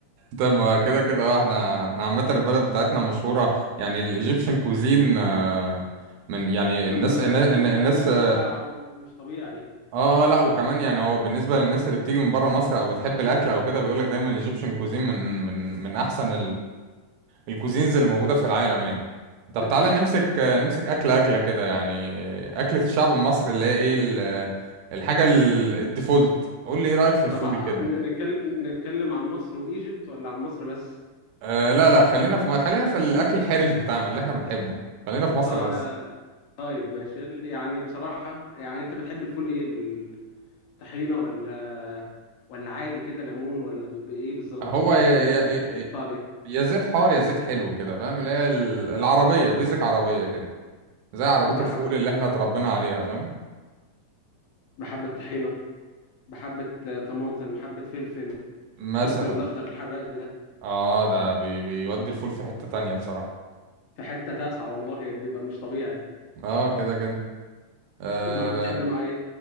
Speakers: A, on the right; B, on the left.
A: طب ما كده كده آه، احنا احنا عامة البلد بتاعتنا مشهورة يعني الايجيبشن كوزين آه، من يعني الناس
B: ما
A: النا-
B: متنوع
A: النا- الناس اه
B: ومش طبيعي
A: آه، لا وكمان يعني هو بالنسبة للناس اللي بتيجي من بره مصر او بتحب الاكل او كده بيقولك دايما الايجيبشن كوزين من من من احسن الكوزينز اللي موجودة في العالم يعني طب تعالى
B: اه
A: نمسك نمسك أكلة أكلة كده يعني أكلة الشعب المصري اللي هي إيه ال- الحاجة ال- الديفولت قول لي إيه رأيك في الفول
B: طب ع-
A: كده
B: ن- نتكلم نتكلم عن مصر وايجيبت ولا عن مصر بس
A: أه لا لا خلينا في ما خلينا في الأكل
B: ال-
A: الحرج بتاعنا اللي إحنا بنحبه خلينا في مصر
B: طا-
A: بس
B: طيب ماشي ال- يعني بصراحة يعني انت بتحب الفول ايه بالطحينة ولا ولا عادي كده ليمون ولا ب- بايه بالظبط
A: هو
B: ايه
A: يا
B: التحابيش
A: يا
B: اللي
A: يا
B: بتحب تحطها عليه
A: يا زيت حار يا زيت حلو كده فاهم اللي هي ال- العربية بيزك عربية كده زي عربية
B: بحبة
A: الفول
B: طحينة
A: اللي إحنا اتربينا عليها فاهم
B: بحبة طحينة بحبة آه، طماطم حبة فلفل
A: مثلا
B: فلفل الأخضر الحراق ده
A: آه ده بي بيودي الفول في حتة تانية بصراحة
B: في حتة تاسعة والله بيبقى مش طبيعي
A: آه كده كده آه
B: مع- بتحب مع إيه؟